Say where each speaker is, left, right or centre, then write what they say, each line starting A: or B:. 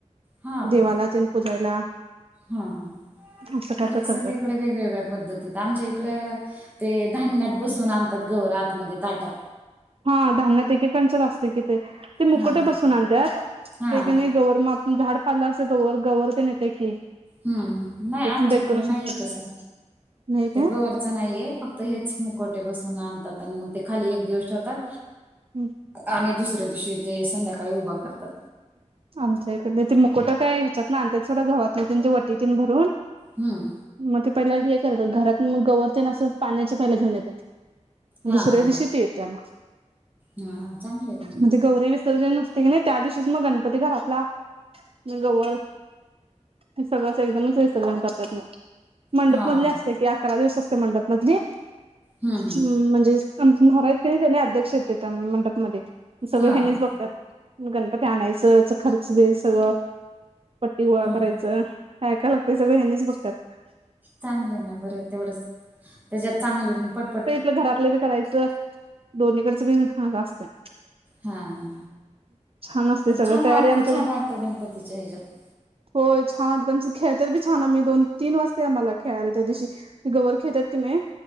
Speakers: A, on the right; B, on the right.
A: हा
B: देवाला
A: का
B: तेन पुजायला.
A: हां हां,
B: असं काय
A: बर
B: तर
A: ये सगळीकडे
B: करतात.
A: वेगवेगळं पद्धतीत, आमच्या इकडं ते धान्यात बसवून आणतात गवर आत मध्ये ताटात.
B: हा धान्यात एक एक कांच्यात असत्यात की ते, ते मुखवटे
A: हां
B: बसून आणत्यात, ते
A: हां
B: कीनी गवर म झाड पाल्याच गवर- गवर तेन येत्या की?
A: हम्म हम्म, नाही
B: त्याच
A: आमच्या
B: डेकोरेशन
A: इकडं नाहीये तसं,
B: नाही
A: ते
B: काय
A: गवर च नाही ये, फक्त हेच मुखवटे बसवून आणतात, आनं म ते खाली एक दिवस ठेवतात
B: हम्.
A: आणि दुसऱ्या दिवशी ते संध्याकाळी उबा करतात.
B: आमच्या इकड ते त्याचे मुकुट काय ह्याच्यातन आंत्यात सोडा घवातन त्यांची वटी तेन भरून
A: हम्म.
B: म ते पहिला हे करतात, घरात मग गवर तेन अस पाण्याचे पहिला घेऊन येत्यात.
A: हा
B: दुसऱ्या
A: हा
B: दिवशी ते येत्या म,
A: हा हा चांगले आहे ना मग.
B: म ते गौरी विसर्जन ते कणी त्यादिवशीच मग गणपती घरातला, आणि गवर ती सगळंच एकदमच विसर्जन करत्यात मंग. मंडप
A: हा
B: मधली असत्या कि अकरा दिवस असत्या मंडप मधली,
A: हम्म हम्म.
B: हम् म्हणजे आमच नव्हरा हाईत कणी, तेनी अध्यक्ष हाईत तिथं मंडपमध्ये सगळ
A: हा
B: हेनीच
A: हा
B: बघत्यात. गणपती आणायचं च खर्च ते सगळं, पट्टी गोळा
A: हा
B: करायचं काय काय लागतय सगळं हेनीच बघत्यात.
A: चांगलं आहे ना बरं तेवढंच, त्याच्यात चांगलं नी पटपट
B: आपलं घरातलं बी करायचं, दोनिकडचं बी अस असतंय.
A: हां हां,
B: छान असते
A: पण
B: सगळं
A: छान
B: तयारी
A: वाटतं
B: आमच्याकडून
A: छान वाटतं गणपतीच्या ह्याच्यात.
B: होय छान वाटतंय, आमचं खेळत्यात बी छान आम्ही दोन तीन वाजतय आम्हाला खेळायला त्या दिवशी गवर खेळत्यात की नी